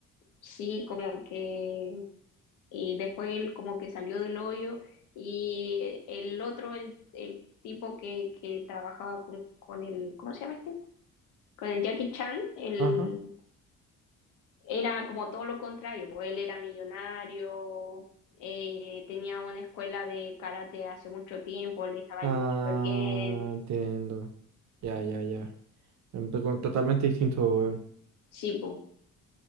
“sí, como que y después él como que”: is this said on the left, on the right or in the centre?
Left